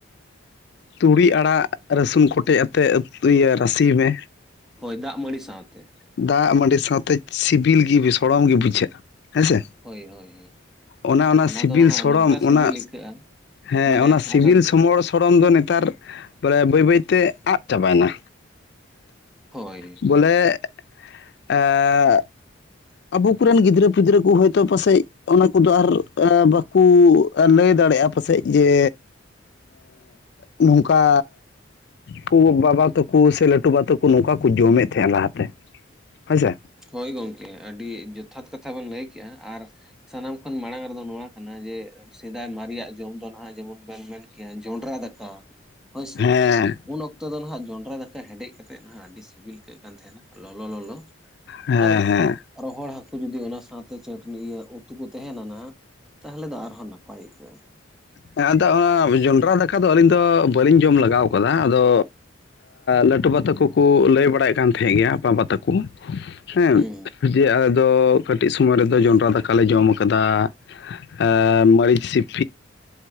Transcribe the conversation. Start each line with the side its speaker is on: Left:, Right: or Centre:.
Left: ᱛᱩᱲᱤ ᱟᱲᱟᱜ ᱨᱟᱹᱥᱩᱱ ᱠᱚᱴᱮᱡ ᱟᱛᱮᱫ ᱤᱭᱟᱹ ᱨᱟᱥᱮᱭ ᱢᱮ
Centre: ᱦᱳᱭ ᱫᱟᱜ ᱢᱟᱹᱬᱤ ᱥᱟᱶᱛᱮ
Left: ᱫᱟᱜ ᱢᱟᱹᱰᱤ ᱥᱟᱶᱛᱮ ᱥᱤᱵᱤᱞ ᱜᱮ ᱥᱚᱲᱚᱢ ᱜᱮ ᱵᱩᱡᱷᱟᱹᱜᱼᱟ ᱦᱮᱸᱥᱮ
Centre: ᱦᱳᱭ ᱦᱳᱭ ᱦᱳᱭ
Left: ᱚᱱᱟ ᱚᱱᱟ ᱥᱤᱵᱤᱞ
Centre: ᱫᱚ ᱱᱟᱦᱟᱜ
Left: ᱥᱚᱲᱚᱢ
Centre: ᱱᱚᱝᱠᱟ ᱥᱤᱵᱤᱞ
Left: ᱚᱱᱟ
Centre: ᱟᱹᱭᱠᱟᱹᱜᱼᱟ
Left: ᱦᱮᱸ
Centre: ᱢᱟᱱᱮ
Left: ᱚᱱᱟ ᱥᱤᱵᱤᱞ
Centre: ᱟᱵᱮᱱ
Left: ᱥᱩᱢᱚᱲ ᱥᱚᱲᱚᱢ ᱫᱚ ᱱᱮᱛᱟᱨ ᱵᱚᱞᱮ ᱵᱟᱹᱭ ᱵᱟᱹᱭᱛᱮ ᱟᱫ ᱪᱟᱵᱟᱭᱮᱱᱟ
Centre: ᱦᱳᱭ
Left: ᱵᱚᱞᱮ ᱮᱸᱜ ᱟᱵᱩ ᱠᱚᱨᱮᱱ ᱜᱤᱫᱽᱨᱟᱹ ᱯᱤᱫᱽᱨᱟᱹ ᱠᱚ ᱦᱚᱭᱛᱳ ᱯᱟᱥᱮᱡ ᱚᱱᱟ ᱠᱚᱫᱚ ᱟᱨ ᱵᱟᱠᱩ, ᱞᱟᱹᱭ ᱫᱟᱲᱮᱭᱟᱜᱼᱟ ᱯᱟᱥᱮᱡ ᱡᱮ ᱮᱸ ᱚᱱᱠᱟ ᱠᱚ ᱵᱟᱵᱟ ᱛᱟᱠᱚ ᱥᱮ ᱞᱟᱹᱴᱩ ᱵᱟ ᱛᱟᱠᱚ ᱱᱚᱝᱠᱟ ᱠᱚ ᱡᱚᱢᱮᱫ ᱛᱟᱦᱮᱸᱱᱟ ᱞᱟᱦᱟᱛᱮ ᱦᱳᱭᱥᱮ
Centre: ᱦᱳᱭ ᱜᱚᱢᱠᱮ ᱟᱹᱰᱤ ᱡᱚᱛᱷᱟᱛ ᱠᱟᱛᱷᱟ ᱵᱮᱱ ᱞᱟᱹᱭ ᱠᱟᱜ ᱞᱮᱜᱼᱟ ᱟᱨ ᱥᱟᱱᱟᱢ ᱠᱷᱚᱱ ᱢᱟᱲᱟᱝ ᱨᱮᱫᱚ ᱱᱚᱣᱟ ᱠᱟᱱᱟ ᱡᱮ ᱥᱮᱫᱟᱭ ᱢᱟᱨᱮᱭᱟᱜ ᱡᱚᱢ ᱫᱚ ᱱᱟᱦᱟᱜ ᱡᱮᱢᱚᱱ ᱵᱮᱱ ᱢᱮᱱ ᱠᱮᱭᱟ ᱡᱚᱸᱰᱨᱟ ᱫᱟᱠᱟ ᱦᱳᱭᱥᱮ
Left: ᱦᱮᱸ
Centre: ᱩᱱ ᱚᱠᱛᱚ ᱫᱚ ᱱᱟᱦᱟᱜ ᱡᱚᱱᱰᱨᱟ ᱫᱟᱠᱟ ᱦᱮᱰᱮᱡ ᱠᱟᱛᱮᱫ ᱱᱟᱦᱟᱜ ᱟᱹᱰᱤ ᱥᱤᱵᱤᱞ ᱟᱹᱭᱠᱟᱹᱜ ᱠᱟᱱ ᱛᱟᱦᱮᱸᱱᱟ ᱞᱚᱞ ᱞᱚᱞᱚ
Left: ᱦᱮᱸ
Centre: ᱟᱨ
Left: ᱦᱮᱸ
Centre: ᱨᱚᱦᱚᱲ ᱦᱟ. ᱠᱩ, ᱡᱩᱫᱤ ᱚᱱᱟ ᱥᱟᱶᱛᱮ ᱪᱟᱹᱴᱱᱤ ᱩᱛᱩ ᱠᱚ ᱛᱟᱦᱮᱸ ᱞᱮᱱᱟ ᱛᱟᱦᱚᱞᱮ ᱫᱚ ᱟᱨᱦᱚᱸ ᱱᱟᱯᱟᱭ ᱟᱹᱭᱠᱟᱹᱜᱼᱟ
Left: ᱦᱮ ᱟᱫᱚ ᱚᱱᱟ ᱡᱚᱸᱰᱨᱟ ᱫᱟᱠᱟ ᱫᱚ ᱟᱹᱞᱤᱧ ᱫᱚ ᱵᱟᱹᱞᱤᱧ ᱡᱚᱢ ᱞᱮᱟᱜᱟᱣ ᱠᱟᱫᱟ ᱟᱫᱚ, ᱞᱟᱹᱴᱩᱵᱟ ᱛᱟᱠᱚ ᱠᱩ ᱞᱟᱹᱭ ᱵᱟᱲᱟᱭᱮᱫ ᱠᱟᱱ ᱛᱟᱦᱮᱸᱫ ᱜᱮᱭᱟ ᱵᱟᱵᱟ ᱛᱟᱠᱚ ᱦᱮᱸ
Centre: ᱦᱩᱸ
Left: ᱫᱤᱭᱮ ᱟᱞᱮ ᱫᱚ ᱠᱟᱹᱴᱤᱡ ᱥᱚᱢᱚᱭ ᱨᱮᱫᱚ ᱡᱚᱱᱰᱨᱟ ᱫᱟᱠᱟᱞᱮ ᱡᱚᱢ ᱠᱟᱫᱟ ᱟᱨ ᱢᱟᱹᱨᱤᱪ ᱥᱤ ᱥᱤ